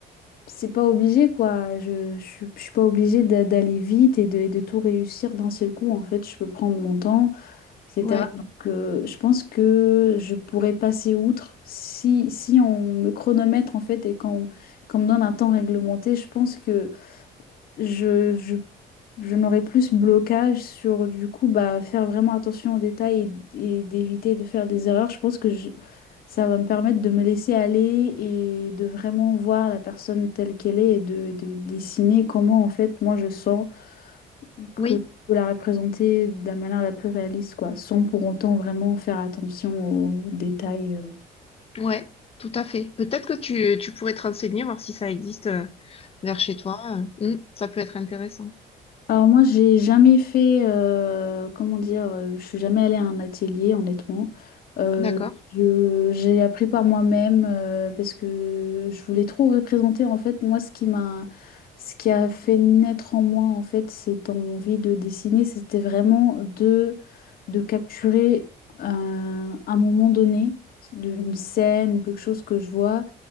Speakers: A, on the left; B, on the left.
A: c'est pas obligé quoi. Je, je, suis je suis pas obligée d'a- d'aller vite et de, et de tout réussir d'un seul coup. En fait, je peux prendre mon temps et
B: Ouais,
A: cetera Donc, euh, je pense que je pourrais passer outre si, si on me chronomètre en fait et qu'on qu'on me donne un temps réglementé. Je pense que je, je, je n'aurais plus ce blocage sur du coup bah, faire vraiment attention aux détails et, et d'éviter de faire des erreurs. Je pense que je- ça va me permettre de me laisser aller et de vraiment voir la personne telle qu'elle est et de, de dessiner comment en fait moi je sens que
B: oui,
A: faut la représenter de la manière la plus réaliste, quoi, sans pour autant vraiment faire attention aux détails. euh.
B: ouais, tout à fait. Peut-être que tu, tu pourrais te renseigner, voir si ça existe. euh, vers chez toi. euh, mm, ça peut être intéressant.
A: Alors moi, j'ai jamais fait, euh, comment dire, euh, je suis jamais allée à un atelier, honnêtement. Euh,
B: D'accord.
A: je- j'ai appris par moi-même euh, parce que je voulais trop représenter. En fait, moi, ce qui m'a, ce qui a fait naître en moi, en fait, cette envie de dessiner, c'était vraiment de, de capturer un, un moment donné, de- une scène ou quelque chose que je vois